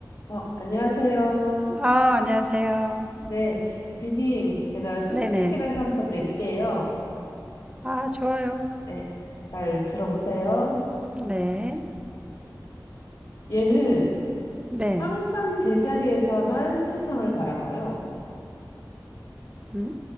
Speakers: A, on the left; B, on the right.
A: 어, 안녕하세요.
B: 아, 안녕하세요.
A: 네, 비님, 제가 수수께끼를
B: 네네.
A: 한번 낼게요.
B: 아, 좋아요.
A: 네, 잘 들어보세요.
B: 네.
A: 음, 얘는
B: 네.
A: 항상 제자리에서만 세상을 바라봐요.
B: 음?